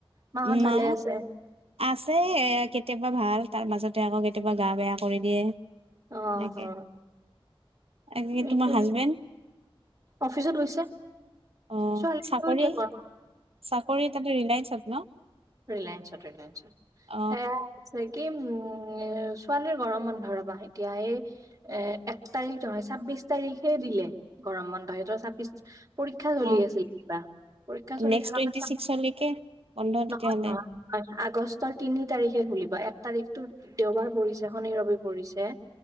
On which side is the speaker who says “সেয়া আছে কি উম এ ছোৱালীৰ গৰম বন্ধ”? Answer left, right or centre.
Right